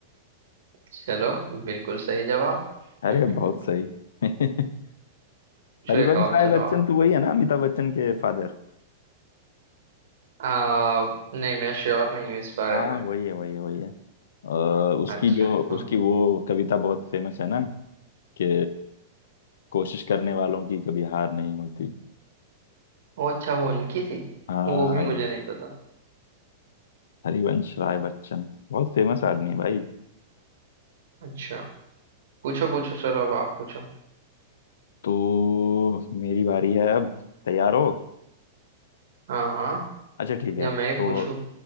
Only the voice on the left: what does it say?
अरे
बहुत सही <laughs> हरिवंश
राय
बच्चन
तो वही है ना अमिताभ बच्चन के फादर
हाँ
वही है वही है वही है अ, उसकी
जो
उसकी वो कविता बहुत फेमस है ना कि कोशिश करने वालों की कभी हार नहीं होती
हाँ
हरिवंश राय बच्चन बहुत फेमस आदमी है भाई
तो मेरी बारी है अब तैयार हो
अच्छा ठीक है
तो